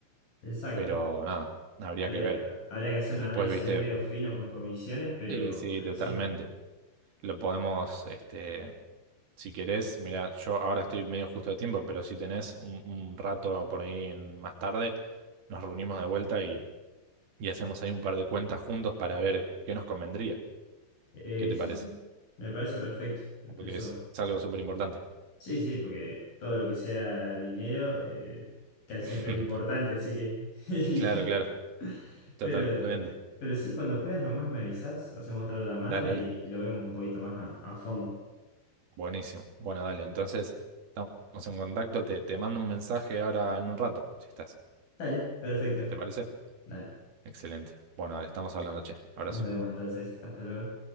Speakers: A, on the left; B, on the right.
A: Exacto.
B: pero nada, habría
A: Habría,
B: que ver.
A: habría que hacer
B: Y
A: un
B: después,
A: análisis
B: viste,
A: ahí medio fino con comisiones, pero,
B: sí, sí,
A: pero
B: totalmente.
A: sí.
B: Lo podemos, este, Si querés, mira, yo ahora estoy medio justo de tiempo, pero si tenés un, un rato por ahí en- más tarde, nos reunimos de vuelta y, y hacemos ahí un par de cuentas juntos para ver qué nos convendría.
A: Eh,
B: ¿Qué te
A: sí,
B: parece?
A: sí. Me parece perfecto. Incluso.
B: Porque es algo súper importante.
A: Sí, sí, porque todo lo que sea dinero, eh, casi
B: <laughs>
A: siempre es importante, así que. <laughs>
B: Claro, claro, totalmente.
A: Pero, pero sí, cuando puedas nomás me avisas, hacemos otra llamada
B: Dale,
A: y,
B: dale.
A: y lo vemos un poquito más a, a fondo.
B: Buenísimo. Bueno, dale. Entonces, estamos en contacto. Te, te mando un mensaje ahora en un rato, si estás.
A: Dale, perfecto.
B: ¿Te parece?
A: Dale.
B: Excelente. Bueno, dale, estamos hablando, che. Abrazo.
A: Nos vemos entonces. Hasta luego.